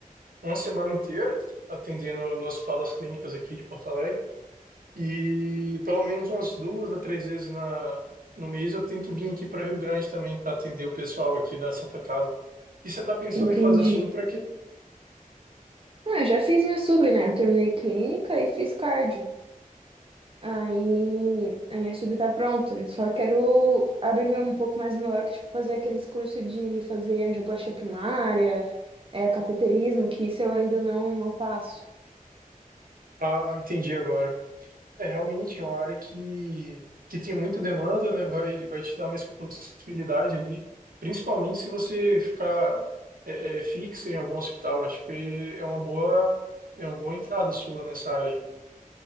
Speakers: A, on the right; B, on the right.
A: uma semana inteira atendendo no Hospital das Clínicas aqui de Porto Alegre. E pelo menos umas duas a três vezes na, no mês eu tento vir aqui para Rio Grande também para atender o pessoal aqui da Santa Casa. E você está pensando
B: Entendi.
A: em fazer açougue para quê?
B: Ah, eu já fiz minha sub, né? Eu terminei clínica e fiz cardio. Aí a minha sub tá pronta. Eu só quero abrir meu, um pouco mais meu leque, tipo, fazer aqueles cursos de fazer angioplastia primária, é, cateterismo, que isso eu ainda não, não faço.
A: Ah, entendi agora. É realmente é uma área que, que tem muita demanda, né? Vai, vai te dar mais possibilidade ali, principalmente se você ficar é, é, fixo em algum hospital. Acho que é uma boa, é uma boa entrada sua nessa área. aí.